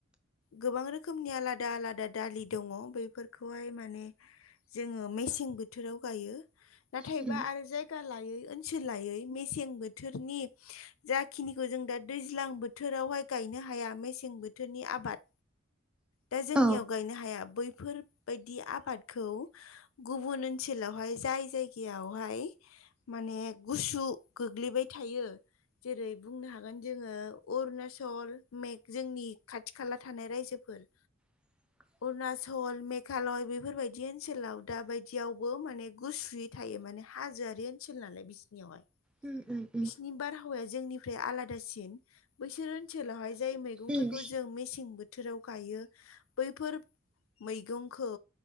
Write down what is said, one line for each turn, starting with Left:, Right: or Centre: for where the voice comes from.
Left: गोबां रोखोमनि आलादा आलादा दालि दङ बेैफोरखौहाय माने जोङो मेसें बोथोराव गायो नाथायबा
Centre: उम
Left: आरो जाय गा लायै ओनसोल लायै मेसें बोथोरनि जाखिनिखौ जों दा दैज्लां बोथोरावहाय गायनो हाया मेसें बोथोरनि आबाद। दा जोंनियाव
Centre: औ
Left: गायनो हाया बैफोर बायदि आबादखौ गुबुन ओनसोलावहाय जाय जायगायावहाय माने गुसु गोग्लैबाय थायो। जेरै बुंनो हागोन जोङो अरुणचल मेग जोंनि खाथि खाला थानाय रायजोफोर
Centre: <inaudible>
Left: अरुणाचल मेघालय बेफोरबायदि ओनसोलाव दा बायदियावबो माने गुसु थायो माने हाजोआरि ओनसोल नालाय बिसिनियावहाय
Centre: उम उम
Left: बिसिनि बारहावाया जोंनिफ्राय आलादासिन बैसोर ओनसोलावहाय जाय मैगंफोरखौ
Centre: उम
Left: जों मेसें बोथोराव गायो बैफोर मैगंखौ